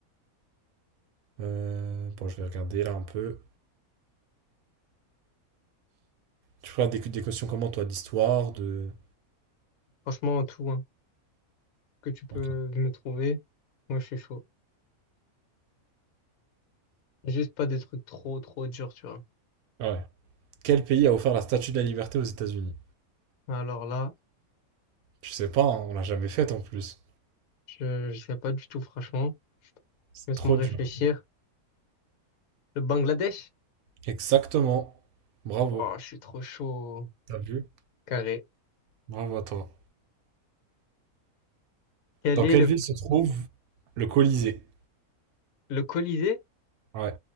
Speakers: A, on the right; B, on the left.
A: Euh, Bon, je vais regarder là un peu. Tu feras des, des questions comment, toi, d'histoire, de...
B: Franchement, tout, hein, que tu peux
A: Ok.
B: me trouver, moi, je suis chaud. Juste pas des trucs trop, trop durs, tu vois.
A: Ah Ouais. Quel pays a offert la Statue de la Liberté aux États-Unis?
B: Alors là,
A: Je sais pas, hein, on l'a jamais faite en plus.
B: je, je sais pas du tout, franchement.
A: C'est
B: Laisse-moi
A: trop
B: réfléchir.
A: dur.
B: Le Bangladesh?
A: Exactement. Bravo.
B: Oh, je suis trop chaud.
A: T'as vu?
B: Carré.
A: Bravo à toi.
B: Quel
A: Dans quelle
B: est le,
A: ville se trouve le Colisée?
B: le Colisée?
A: Ouais.